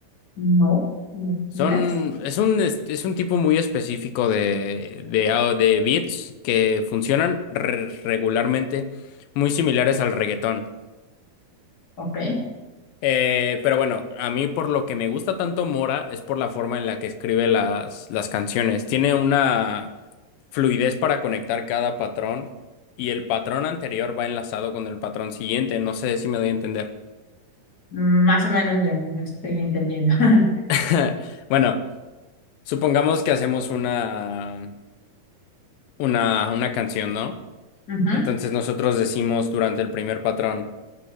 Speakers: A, on the left; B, on the left.
A: No, ¿me explicas?
B: Son, es un, este, es un tipo muy específico de, de, au- de beats que funcionan re- regularmente muy similares al reggaetón.
A: Ok.
B: Eh, pero bueno, a mí por lo que me gusta tanto Mora es por la forma en la que escribe las, las canciones. Tiene una fluidez para conectar cada patrón y el patrón anterior va enlazado con el patrón siguiente. No sé si me doy a entender.
A: Mm, Más o menos ya lo estoy entendiendo. <laughs>
B: <laughs> Bueno, supongamos que hacemos una, una, una canción, ¿no?
A: Ujú,
B: Entonces nosotros decimos durante el primer patrón,